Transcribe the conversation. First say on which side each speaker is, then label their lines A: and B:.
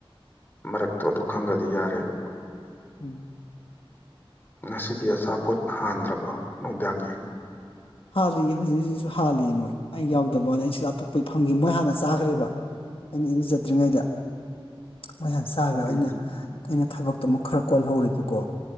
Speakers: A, on the left (about 20°); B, on the left (about 70°).
A: ꯃꯔꯛꯇꯣ ꯑꯗꯨ ꯈꯪꯒꯗꯤ ꯌꯥꯔꯦꯕ
B: ꯎꯝ
A: ꯉꯁꯤꯗꯤ ꯑꯆꯥꯄꯣꯠ ꯍꯥꯟꯗ꯭ꯔꯕ ꯅꯨꯡꯗꯥꯡ
B: ꯍꯥꯜꯂꯤꯌꯦ ꯍꯧꯖꯤꯛ ꯍꯧꯖꯤꯛꯁꯨ ꯁꯨ ꯍꯥꯜꯂꯤ ꯃꯣꯏ ꯑꯩ ꯌꯥꯎꯗꯕꯋꯥꯅꯤ ꯑꯩꯁꯨ ꯑꯇꯣꯞꯄꯩ ꯐꯪꯈꯤ ꯃꯣꯏ ꯍꯥꯟꯅ ꯆꯥꯈ꯭ꯔꯦꯕ ꯑꯩꯅ ꯏꯔꯨꯖꯗ꯭ꯔꯤꯉꯩꯗ ꯃꯣꯏ ꯍꯥꯟꯅ ꯆꯥꯈ꯭ꯔꯦ
A: ꯎꯝ
B: ꯑꯩꯅ ꯑꯩꯅ ꯊꯕꯛꯇꯣ ꯑꯃꯨꯛ ꯈꯔ ꯀꯣꯜꯍꯧꯔꯦꯕꯀꯣ